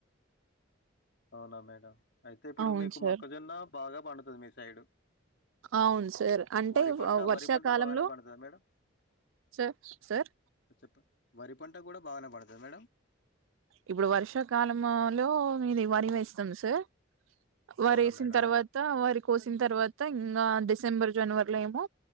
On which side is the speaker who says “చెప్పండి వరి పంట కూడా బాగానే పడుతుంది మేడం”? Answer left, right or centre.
Left